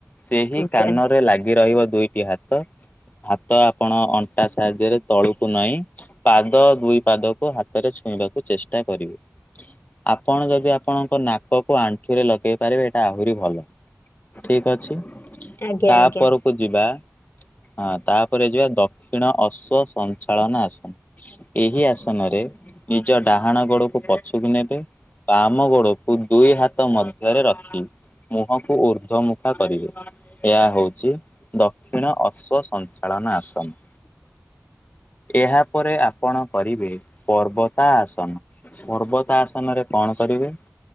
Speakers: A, on the left (about 35°); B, on the left (about 50°).
A: ସେହି କାନରେ
B: ହୁଁ
A: ଲାଗି ରହିବ ଦୁଇଟି ହାତ ହାତ ଆପଣ ଅଣ୍ଟା ସାହାଯ୍ୟରେ ତଳୁ କୁ ନଇଁ ପାଦ ଦୁଇ ପାଦକୁ ହାତରେ ଛୁଇଁବାକୁ ଚେଷ୍ଟା କରିବେ। ଆପଣ ଯଦି ଆପଣଙ୍କ ନାକକୁ ଆଣ୍ଠୁରେ ଲଗେଇ ପାରିବେ ଏଇଟା ଆହୁରି ଭଲ। ଠିକ ଅଛି,
B: ଆଜ୍ଞା
A: ତାପରକୁ
B: ଆଜ୍ଞା ଆଜ୍ଞା
A: ଯିବା। ହଁ, ତାପରେ ଯିବା ଦକ୍ଷିଣ ଅଶ୍ୱ ସଞ୍ଚାଳନ ଆସନ ଏହି ଆସନରେ ରେ ନିଜ ଡାହାଣ ଗୋଡକୁ ପଛୁ କୁ ନେବେ। ବାମ ଗୋଡକୁ ଦୁଇ ହାତ ମଧ୍ୟରେ ରଖି ମୁହଁ କୁ ଉର୍ଦ୍ଧ୍ୱମୁଖା କରିବେ ଏହା ହଉଛି ଦକ୍ଷିଣ ଅଶ୍ଵ ସଞ୍ଚାଳନ ଆସନ।
B: <inaudible>
A: ଏହା ପରେ ଆପଣ କରିବେ ପର୍ବତା ଆସନ, ପର୍ବତା ଆସନରେ କଣ କରିବେ?